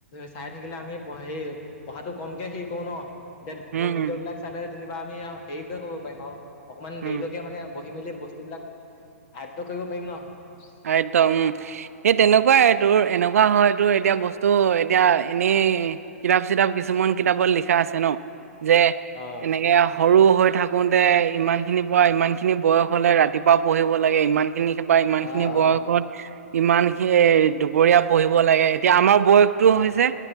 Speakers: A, on the left; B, on the right.
A: চাই থাকিলে আমি প সেই পঢ়াটো কমকে হেৰি কৰো ন, এতিয়া দীঘল
B: উম
A: ভিডিঅ'
B: উম
A: বিলাক চালে যেনিবা আমি আও হেৰিকে কৰিব পাৰিম আও অকমান
B: উম
A: দেৰিলৈকে মানে বহি মেলি বস্তু বিলাক আয়ত্ত কৰিব পাৰিম ন।
B: আয়ত
A: সেইটো
B: উম,
A: কথা
B: সেই তেনেকুৱাই,।
A: অ',
B: তোৰ এনেকুৱা হয় তোৰ এতিয়া বস্তু এতিয়া এনেই - কিতাপ-চিতাপ কিছুমান কিতাপত লিখা আছে ন, যে
A: অ'।
B: এনেকে আও সৰু হৈ থাকোতে ইমানখিনিৰ পৰা ইমানখিনি বয়স হলে ৰাতিপুৱা পঢ়িব লাগে, ইমানখিনি বা ইমান-
A: অ',
B: খিনি বয়সত
A: অ',
B: ইমানখিনি এ দুপৰীয়া পঢ়িব লাগে, এতিয়া আমাৰ বয়স টো
A: অ',
B: হৈছে